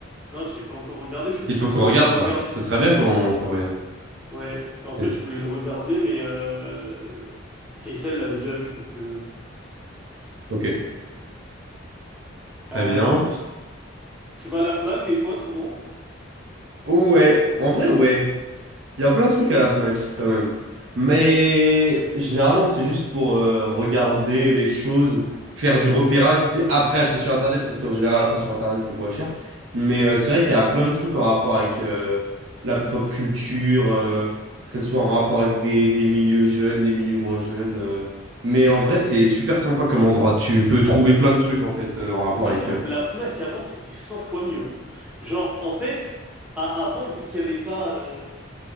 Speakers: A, in the centre; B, on the right.
A: Non, j'ai pas encore regardé. Ça fait
B: Il faut
A: deux
B: qu'on
A: semaines
B: regarde
A: que je dois le
B: ça.
A: regarder.
B: Ce serait bien qu'on qu'on regarde.
A: Ouais. En fait,
B: Vite.
A: je voulais le regarder, mais euh, Kaysa, l'avait déjà vu. Donc, euh,
B: Ok.
A: euh,
B: Très bien.
A: tu vas à la Fnac des fois, souvent.
B: Ouais, en vrai, ouais. Il y a plein de trucs à la Fnac quand même. Mais généralement, c'est juste pour euh, regarder les choses, faire du repérage, puis après acheter sur Internet, parce qu'en général, après sur Internet, c'est moins cher. Mais euh, c'est vrai qu'il y a plein de trucs en rapport avec euh, la pop culture, euh, que ce soit en rapport avec des, des milieux jeunes, des milieux moins jeunes. euh. Mais en vrai, c'est super sympa comme endroit. Tu peux trouver plein de trucs en fait euh, en rapport
A: Mais moi,
B: avec.
A: je trouve
B: euh,
A: la Fnac avant, c'était 100 fois mieux. hein. Genre, en fait, à- avant, vu qu'il n'y avait pas, euh,